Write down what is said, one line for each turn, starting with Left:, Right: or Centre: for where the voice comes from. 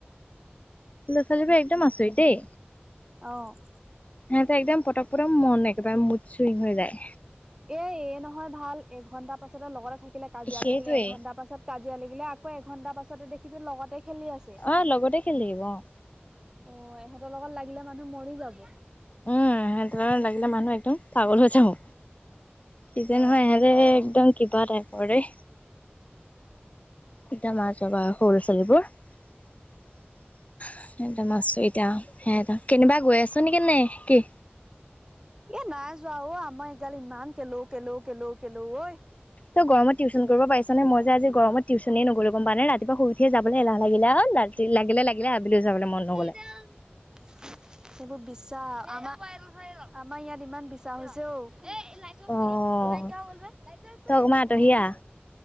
Left: সৰু ল'ৰা-ছোৱালীবোৰ একদম আচৰিত দেই।
Right: অঁ।
Left: সিহঁতে একদম পতক-পতক মন একেবাৰে মুড চুইং হৈ যায়।
Right: এই-এই নহয় ভাল এঘণ্টা পাছতে লগতে থাকিলে, কাজিয়া
Left: সেইটোৱে
Right: লাগিলে, এঘণ্টা পাছত- কাজিয়া লাগিলে আকৌ এঘন্টা পাছতে দেখিবি লগতে খেলি আছে।
Left: অ' লগতে খেলি থাকিব অ'।
Right: অ', এহঁতৰ লগত লাগিলে মানুহ মৰি যাব।
Left: উমঁ, সিহঁতৰ লাগিলে মানুহ একদম পাগল হৈ যাব। কি যে
Right: অ
Left: নহয় ইহঁতে একদম কিবা টাইপৰ ৰে।
Right: উ <unintelligible>
Left: তিতা মা যাবা সৰু চলিবোৰ। সেদমা আছো এতিয়া সিহঁতৰ কেনিবা গৈ আছো নেকি নে কি?
Right: এই নাই যোৱা ঔ আমাৰ এইগাল ইমান কেলৌ-কেলৌ-কেলৌ- কেলৌ ঐ।
Left: তই গৰমত টউশন কৰিব পাৰিছ ন' মই যে আজি গৰম টিউনে গম পাইছ নে নাই ৰাতিপুৱা শুই উঠিয়োবলৈ এলাহ লাগিলে আৰু। কি লাগিল-লাগিলে আৰু আাবিলি হৈ যাব মন নগ'ল।
Right: <unintelligible> সেইবোৰ বিচা, আমাৰ ইয়াত ইমান বিছা হৈছে ঔ। নাইকিয়া হৈ গল যে,
Left: অ'
Right: লাইট টো অফ কৰি
Left: তকমা আঁতহিয়া।
Right: দিয়া।